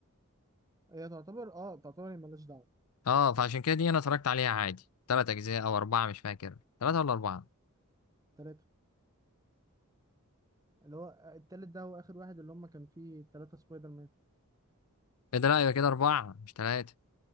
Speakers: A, on the right; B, on the left.
A: هي تعتبر اه تعتبر هي مالهاش دعوه
B: اه فعشان كده دي انا اتفرجت عليها عادي ثلاث اجزاء او اربعه مش فاكر ثلاثه ولا اربعه
A: تلاتة اللي هو التالت ده هو آخر واحد اللي هم كان فيه تلاتة سبايدر مان
B: ايه ده لا يبقى كده اربعه مش ثلاثه